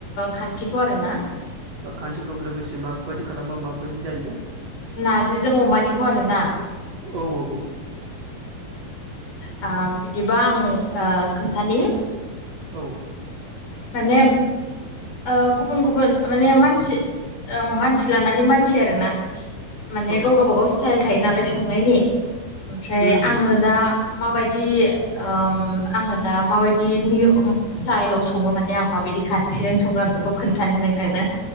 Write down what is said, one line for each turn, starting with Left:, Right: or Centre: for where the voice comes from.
Left: खान्थिखौ आरोना
Right: खानथिखौ लोगोसे माबादि खालामब्ला माबादि जायो।
Left: नारजिजों अमानिखौ आरोना
Right: औ औ
Left: औ बिदिबा आं खोन्थानि
Right: औ
Left: माने ओ गुबुन गुबुन माने मानसि मानसि लानानै मानसि आरोना माने
Right: औ
Left: गाव गावबागाव स्टाइल थायो नालाय संनायनि ओमफ्राय
Right: उम
Left: आङो
Right: उम
Left: दा माबायदि ओं आङो दा माबायदि निय उ स्टाइलाव सङो माने आं माबायदि खान्थिजों सङो आं बेखौ खोन्थानि नोंथांनो
Right: औ